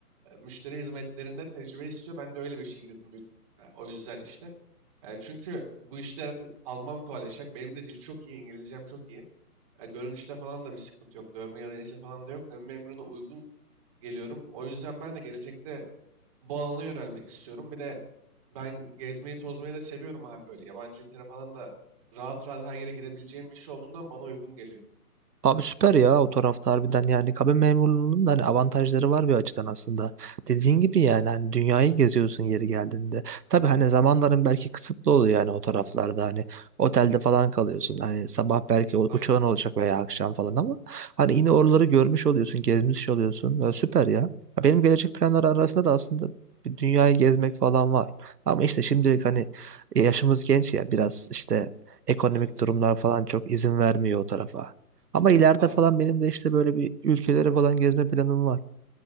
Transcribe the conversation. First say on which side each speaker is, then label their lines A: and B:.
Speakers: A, on the right; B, on the right.
A: e, müşteri hizmetlerinde tecrübe istiyor. Ben de öyle bir işe girdim büyük. e, O yüzden işte. E, Çünkü bu işler artık almam kolaylaşacak. Benim de dil çok iyi, İngilizcem çok iyi. E, Görünüşte falan da bir sıkıntı yok. Dövme yarayızı falan da yok. Hem memuruna uygun geliyorum. O yüzden ben de gelecekte bu alana yönelmek istiyorum. Bir de ben gezmeyi tozmayı da seviyorum abi böyle. Yabancı ülkelere falan da rahat rahat her yere gidebileceğim bir iş olduğundan bana uygun geliyor.
B: Abi süper ya o tarafta harbiden yani kabin memurluğunun da hani avantajları var bir açıdan aslında. Dediğin gibi yani hani dünyayı geziyorsun yeri geldiğinde. Tabii hani zamanların belki kısıtlı oluyor yani o
A: Tabii.
B: taraflarda hani otelde falan kalıyorsun. Hani sabah belki o-
A: Aynen.
B: uçağın olacak veya akşam falan ama hani yine oraları görmüş oluyorsun, gezmiş oluyorsun. Ya süper ya. Ya Benim gelecek planlar arasında da aslında bir dünyayı gezmek falan var. Ama işte şimdilik hani e, yaşımız genç ya biraz işte ekonomik
A: Evet.
B: durumlar falan çok izin vermiyor o tarafa. Ama ileride
A: Abi
B: falan benim de işte böyle bir ülkelere falan gezme planım var.